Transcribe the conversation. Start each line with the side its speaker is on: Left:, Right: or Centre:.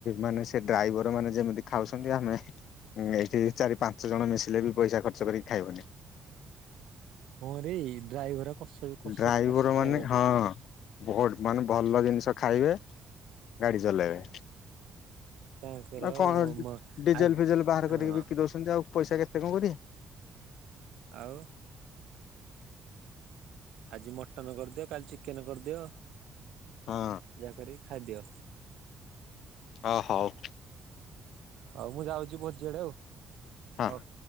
Left: ମାନେ ସେ ଡ୍ରାଇବର ମାନେ ଯେମିତି ଖାଉଛନ୍ତି ଆମେ ଉଁ ଏଇଠି ଚାରି ପାଞ୍ଚ ଜଣ ମିଶିଲେ ବି ପଇସା ଖର୍ଚ୍ଚ କରିକି ଖାଇବୁନି।
Right: ହଁ ରେ ଡ୍ରାଇଭର। କସିକି କସ
Left: ଡ୍ରାଇଭର
Right: କସ ଖାଇଆଦୋଉଚନ୍ତି।
Left: ମାନେ ହଁ ବହୁତ ମାନେ ଭଲ ଜିନିଷ ଖାଇବେ ଗାଡି ଚଲେଇବେ।
Right: ତାଙ୍କର
Left: ଆଉ କଣ ଡି
Right: ମ
Left: ଡିଜେଲ
Right: ଆ
Left: ଫିଜେଲ ବାହାର
Right: ହଁ
Left: କରିକି ବିକି ଦଉଛନ୍ତି ଆଉ। ପଇସା କେତେ କଁ କରିଆ?
Right: ଆଉ ଆଜି ମଟନ କରିଦିଅ କାଲି ଚିକେନ କରିଦିଅ
Left: ହଁ
Right: ଯାହା କିରିକି ଖାଇଦିଅ।
Left: ଅ ହଉ।
Right: ହଉ ମୁଁ ଯାଉଛି ଭୋଆଡେ ଆଉ
Left: ହଁ।
Right: ହଉ।